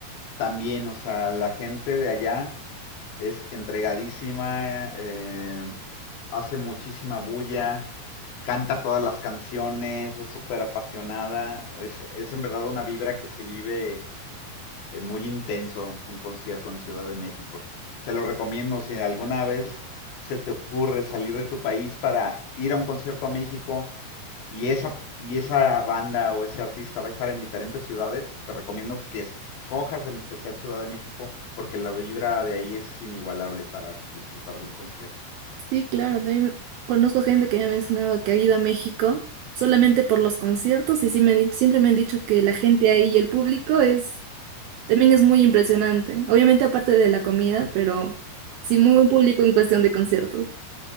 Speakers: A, on the left; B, on the right.
A: también, o sea, la gente de allá es entregadísima, eh, hace muchísima bulla, canta todas las canciones, es súper apasionada, es, es en verdad una vibra que se vive eh, muy intenso, un concierto en Ciudad de México. Te lo recomiendo si alguna vez se te ocurre salir de tu país para ir a un concierto a México y esa, y esa banda o ese artista va a estar en diferentes ciudades, te recomiendo que escojas en especial Ciudad de México porque la vibra de ahí es inigualable para disfrutar de un concierto.
B: Sí, claro, también conozco gente que me ha mencionado que ha ido a México solamente por los conciertos y sí me, di- siempre me han dicho que la gente ahí y el público es También es muy impresionante. Obviamente aparte de la comida, pero sí muy buen público en cuestión de conciertos.